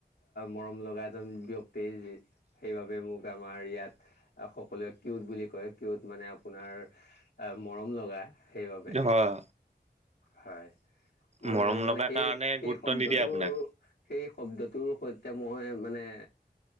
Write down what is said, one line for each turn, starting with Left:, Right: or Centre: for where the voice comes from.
Left: মৰম লগা এজন ব্যক্তি সেইবাবে মোক আমাৰ ইয়াত সকলোৱে কিউট বুলি কয়, কিউত মানে আপোনাৰ আহ, মৰম লগা সেইবাবে।
Right: হয়
Left: হয়, মই
Right: মৰম
Left: মানে
Right: লগা
Left: সেই-সেই
Right: কাৰণে গুৰুত্ব
Left: শব্দটো
Right: নিদিয়ে আপোনাক।
Left: সেই শব্দটোৰ সৈতে মই মানে